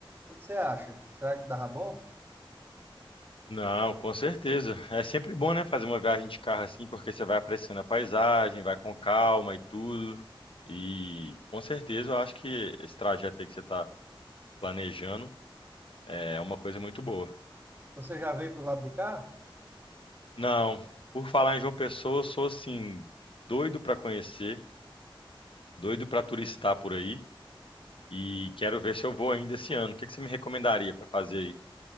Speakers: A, on the right; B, on the left.
A: que que você acha? Será que dava bom?
B: não, com certeza. É sempre bom, né, fazer uma viagem de carro assim, porque você vai apreciando a paisagem, vai com calma e tudo. E com certeza eu acho que esse trajeto aí que você está planejando é uma coisa muito boa.
A: Você já veio pro lado de cá?
B: Não, por falar em João Pessoa, eu sou assim, doido para conhecer, doido para turistar por aí. E quero ver se eu vou ainda esse ano. O que que você me recomendaria para fazer aí?